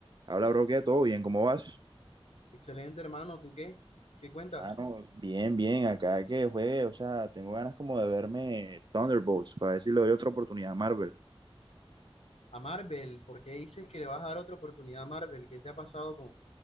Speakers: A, on the right; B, on the left.
A: Habla, bro, qué todo bien, ¿cómo vas?
B: Excelente, hermano. ¿Tú qué? ¿Qué cuentas?
A: Mano, bien, bien, acá que juegue, o sea, tengo ganas como de verme Thunderbolts para ver si le doy otra oportunidad a Marvel.
B: A Marvel, ¿por qué dices que le vas a dar otra oportunidad a Marvel? ¿Qué te ha pasado con,